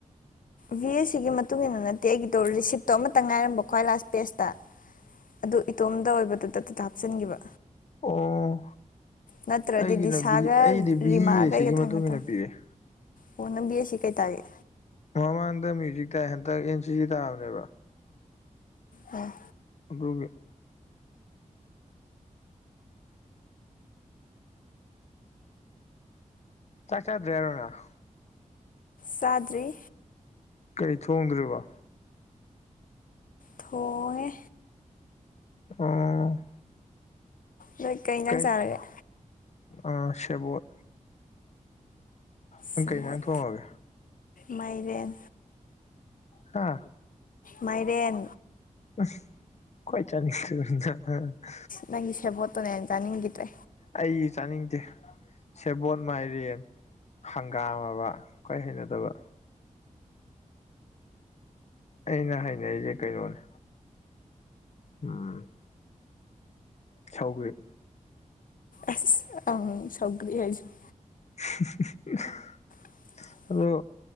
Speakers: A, on the left; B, on the left.
A: ꯚꯤ ꯑꯦꯁ ꯁꯤꯒꯤ ꯃꯇꯨꯡ ꯏꯟꯅ ꯅꯠꯇꯦ ꯑꯩꯒꯤꯗꯣ ꯔꯤꯁꯤꯞꯇꯣ ꯑꯃꯇ ꯉꯥꯏꯔꯝꯕ ꯈ꯭ꯋꯥꯏ ꯂꯥꯁ ꯄꯦꯖꯇ ꯑꯗꯨ ꯏꯇꯣꯝꯗ ꯑꯣꯏꯕꯗꯨꯗ ꯑꯗꯨꯗ ꯍꯥꯞꯆꯤꯟꯈꯤꯕ
B: ꯑꫭ
A: ꯅꯠꯇ꯭ꯔꯗꯤ
B: ꯑꯩꯒꯤꯅ
A: ꯂꯤꯁꯥꯒ
B: ꯚ ꯑꯩꯗꯤ ꯚꯤꯍꯤ
A: ꯔꯤꯃꯥꯒ
B: ꯑ‌ꯦꯁ ꯁꯤꯒꯤ
A: ꯑꯩꯒ
B: ꯃꯇꯨꯡꯏꯟꯅ
A: ꯊꯪꯅ ꯊꯝ
B: ꯄꯤꯔꯛꯑ‌ꯦ
A: ꯑꯣ ꯅꯪ ꯚꯤ ꯑ‌ꯦꯁ ꯁꯤ ꯀꯩ ꯇꯥꯒ‌ꯦ
B: ꯃꯃꯥꯡꯗ ꯃ꯭ꯌꯨꯖꯤꯛ <unintelligible> ꯇꯥꯏ ꯍꯟꯗꯛ ꯑꯦꯟ ꯁꯤ ꯁꯤ ꯇꯥꯕꯅꯦꯕ
A: ꯑꯣ
B: ꯑꯗꯨꯒꯤ ꯆꯥꯛ ꯆꯥꯗ꯭ꯔꯤ ꯍꯥꯏꯔꯣ ꯅꯪ
A: ꯆꯥꯗꯔꯤ
B: ꯀꯩ ꯊꯣꯡꯗ꯭ꯔꯤꯕꯣ
A: ꯊꯣꯡꯉ‌ꯦ
B: ꯑꯣ
A: ꯅꯣꯏ ꯏꯟꯖꯥꯡ
B: ꯀꯩ
A: ꯆꯥꯔꯒꯦ
B: ꯑ ꯥꯁꯦꯕꫭꯠ ꯅꯪ
A: ꯁꯦꯕꯣꯠ
B: ꯀꯩ ꯏꯟꯖꯥꯡ ꯊꯣꯡꯉꯒꯦ
A: ꯃꯥꯏꯔꯦꯟ
B: ꯍꯥ
A: ꯃꯥꯏꯔꯦꯟ
B: ꯑꯁ ꯈꯨꯋꯥꯏ ꯆꯅꯤꯡꯗꯕ ꯏꯟꯖꯥꯡ <unintelligible>
A: ꯅꯪꯒꯤ ꯁꯦꯕꯣꯠꯇꯨꯅ ꯆꯥꯅꯤꯡꯒꯤꯗ꯭ꯔꯦ
B: ꯑꯩꯖꯨ ꯆꯥꯅꯤꯡꯗꯦ ꯁꯦꯕꯣꯠ ꯃꯥꯏꯔꯦꯟ ꯍꯪꯒꯥꯝꯃꯕ ꯈ꯭ꯋꯥꯏ ꯍꯩꯅꯗꯕ ꯑꯩꯅ ꯍꯥꯏꯅꯔꯤꯁꯦ ꯀꯩꯅꯣꯅꯦ ꯎꯝ ꯁꯥꯎꯒ꯭ꯔꯦ
A: ꯑꯁ ꯑꯪ ꯁꯥꯎꯒ꯭ꯔꯤ ꯍꯥꯏꯁꯤꯅꯤ
B: <unintelligible>
A: <inaudible>
B: ꯑꯗꯣ